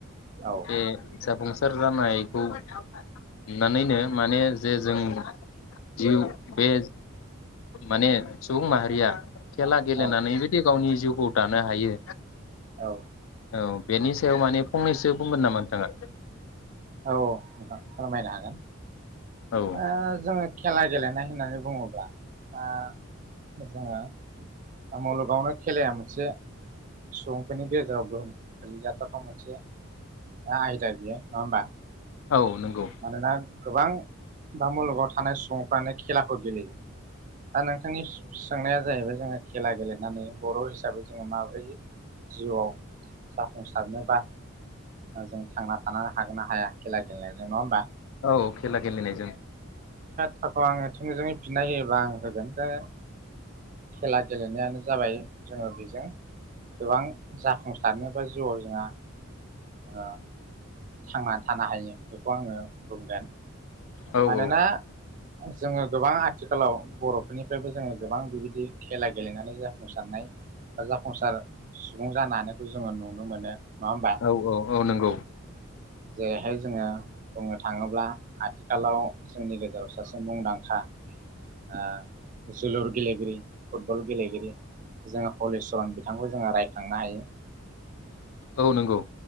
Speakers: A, on the right (about 40°); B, on the left (about 70°).
A: औ
B: ए जाबुंस सोर जानायखौ नुनानैनो माने जे जों जिउ बे माने सुबुं माहारिया खेला गेलेनानैबो
A: औ
B: दे गावनि जिउ खु दानो हायो।
A: औ
B: औ बेनि सायाव माने फंनैसो बुंगोन नामा नोंथाङा?
A: औ अ नोंथां फोरमायनो हागोन।
B: औ
A: ओ जोङो खेला गेलेनाय होननानै बुङोब्ला ओ जोङो ओ मुलुगावनो खेलाया मोनसे सुबुंफोरनि गेजेराव गोहोम गोलैयाबाथ' मोनसे आयदा बेयो नङा होमबा
B: औ नंगौ
A: मानोना गोबां बा मुलुगाव थानाय सुबुंफ्रानो खेलाखौ गेलेयो दा नोंथांनि सोंनाया जाहैबाय जोङो खेला गेलेनानै बर' हिसाबै जोङो माब्रैयै जिउआव जाफुंसारनोबा ओ जों थांना थानो हागोन ना हाया खेला गेलेनायजों नङा होमबा?
B: औ खेला गेलेनायजों
A: साफा आङो थोंजोङै फिननाय होयोबा आं होगोन दा खेला गेलेनायानो जाबाय जोङो बेजों गोबां जाफुंसारनोबा जिउआव जोंहा ओ थांनानै थानो हायो बेखौ आङो बुंगोन।
B: औ
A: मानोना
B: औ
A: जोङो गोबां आथिखालाव बर'फोरनिफ्रायबो जोङो गोबां बेबायदि खेला गेलेनानै जाफुंसारनाय बा जाफुंसार सुबुं जानानैखो जोङो नुनो मोनो नङा होमबा?
B: औ औ औ नंगौ
A: जेरैहाय जोङो बुंनो थाङोब्ला आथिखालाव जोंनि गेजेराव सासे मुंदांखा ओ जोलुर गेलेगिरि फुटबल गेलेगिरि जोङो हलिचरन बिथांखौ जोङो रायखांनो हायो।
B: औ नंगौ।